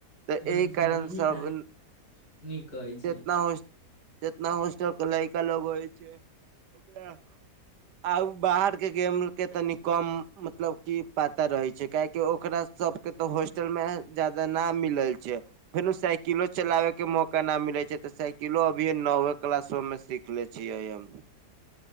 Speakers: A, on the right (about 90°); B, on the left (about 65°).
A: तऽ
B: ह
A: एहि
B: ह
A: कारण सब
B: त नीक कहै छी
A: जेतना हो जेतना होस्टल क लइका लोग होइ छै, ओकरा बाहर के गेम के, तनी कम मतलब की पता रहे छै। काहेकि ओकरा सबके तऽ, हॉस्टल में ज्यादा ना मिलै छै। फेनो साइकिलो चलावे के मौक केना मिलै छै तऽ, साइकिलो अभी नओे क्लासो में सीख ले छियै हम।